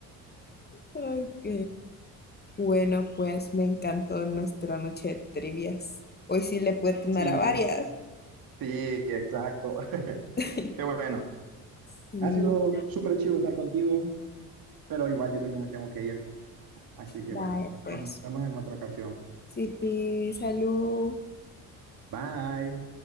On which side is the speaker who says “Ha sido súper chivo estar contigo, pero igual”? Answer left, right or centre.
Right